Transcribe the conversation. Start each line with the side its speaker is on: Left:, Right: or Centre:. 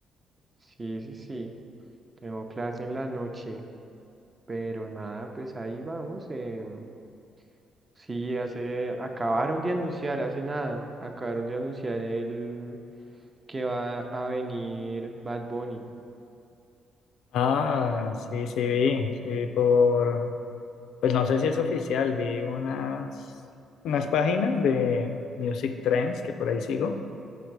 Right: Sí, sí, sí. Tengo clase en la noche. Pero nada, pues ahí vamos. em, sí, hace, acabaron de anunciar, hace nada. Acabaron de anunciar el que va a venir Bad Bunny.
Left: Ah, sí, sí vi, sí vi por, pues no sé si es oficial, vi unas, unas páginas de Music Trends que por ahí sigo